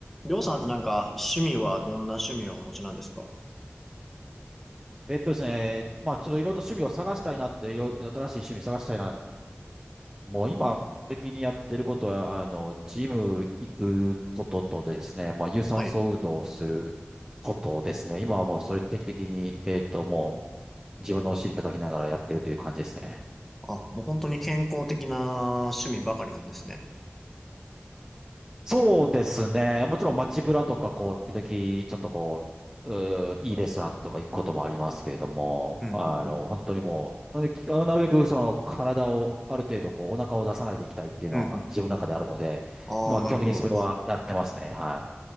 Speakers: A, in the centre; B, on the right.
A: りょうさんってなんか趣味はどんな趣味をお持ちなんですか
B: えっとですね、まあ、ちょっといろいろと趣味を探したいなって、いろいろ新しい趣味探したいな。もう今、的にやってることは、あの、ジム行くこととですね、まあ、有酸素運動をすることですね。
A: はい。
B: 今はもうそれ定期的に、えっと、もう自分のお尻叩きながらやってるという感じですね。
A: あ、もう本当に健康的な趣味ばかりなんですね。
B: そうですね。もちろん街ブラとか、こう、時々、ちょっとこう、うーいいレストランとか行くこともありますけれども、
A: うん、
B: あの、
A: うん、うん。
B: 本当にもう、できなるべくその体をある程度こうお腹を出さないでいきたいっていうのは自分の中であるので、
A: うんうん。ああ、
B: まあ基本的にそれはやってますね。
A: なるほど。
B: はい。